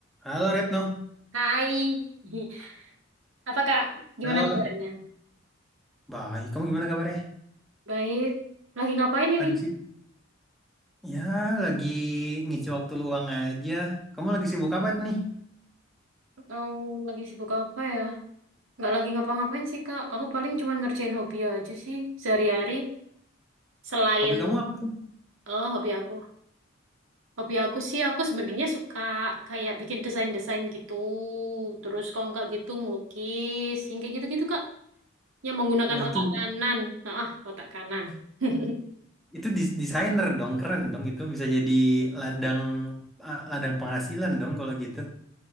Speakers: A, in the centre; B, on the right (about 85°).
A: Halo Retno.
B: Hai, <laughs> apa kak? Gimana
A: Halo.
B: kabarnya?
A: Baik, kamu gimana kabarnya?
B: Baik. Lagi ngapain ini?
A: Lagi sih? Ya, lagi ngisi waktu luang aja. Kamu lagi sibuk apa nih?
B: Em, lagi sibuk apa ya? Nggak lagi ngapa-ngapain sih kak. Aku paling cuma ngerjain hobi aja sih sehari-hari. Selain
A: Hobi kamu apa?
B: oh hobi aku, hobi aku sih aku sebenarnya suka kayak bikin desain-desain gitu. Terus kalau nggak gitu ngelukis, yang kayak gitu-gitu kak. Yang menggunakan
A: Oh, itu
B: otak kanan. Nah, ah, otak kanan. <laughs>
A: itu des- desainer dong, keren dong. Itu bisa jadi ladang ah, ladang penghasilan dong kalau gitu.